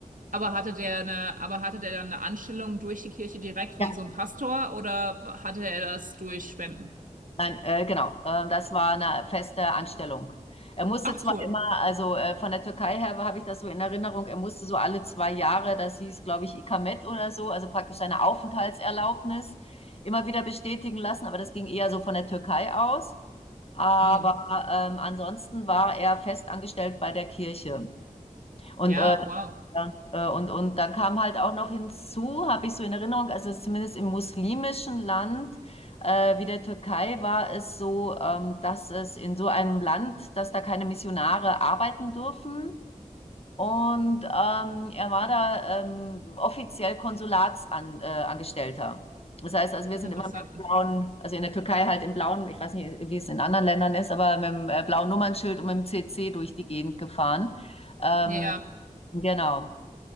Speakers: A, on the right; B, on the left.
A: Aber hatte der eine, aber hatte der dann eine Anstellung durch die Kirche direkt
B: Ja,
A: wie so ein Pastor oder hatte er das durch Spenden?
B: nein, äh, genau. Ähm, das war eine feste Anstellung. Er musste
A: Ach,
B: zwar
A: toll.
B: immer, also äh, von der Türkei her habe ich das so in Erinnerung, er musste so alle zwei Jahre, das hieß, glaube ich, Ikamet oder so, also praktisch seine Aufenthaltserlaubnis immer wieder bestätigen lassen, aber das ging eher so von der Türkei aus. Aber
A: Hm.
B: ähm, ansonsten war er fest angestellt bei der Kirche. Und
A: Ja,
B: äh,
A: wow.
B: Ja, äh, und, und dann kam halt auch noch hinzu, habe ich so in Erinnerung, also zumindest im muslimischen Land äh, wie der Türkei war es so, ähm, dass es in so einem Land, dass da keine Missionare arbeiten dürfen. Und ähm, er war da ähm, offiziell Konsulatsangestellter. Äh, Angestellter. das heißt, also wir
A: Ach,
B: sind
A: interessant.
B: immer mit dem blauen, also in der Türkei halt im blauen, ich weiß nicht, wie es in anderen Ländern ist, aber mit dem äh, blauen Nummernschild und mit dem CC durch die Gegend gefahren. Ähm,
A: Ja,
B: genau.